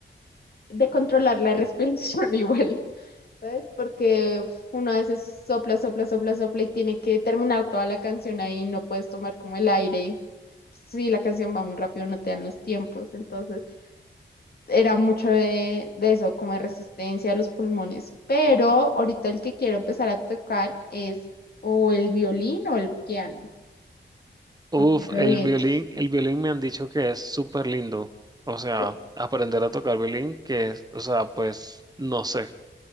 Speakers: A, on the left; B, on the right.
A: de controlar la respiración <laughs> igual, ¿sabes? Porque uf, uno a veces sopla, sopla, sopla, sopla y tiene que terminar toda la canción ahí, no puedes tomar como el aire. Si la canción va muy rápido, no te dan los tiempos, entonces era mucho de, de eso, como de resistencia a los pulmones. Pero ahorita el que quiero empezar a tocar es o el violín o el piano,
B: Uf,
A: no quiero
B: el
A: de vientos.
B: violín, el violín me han dicho que es súper lindo. O sea,
A: <laughs>
B: aprender a tocar violín, que es, o sea, pues no sé.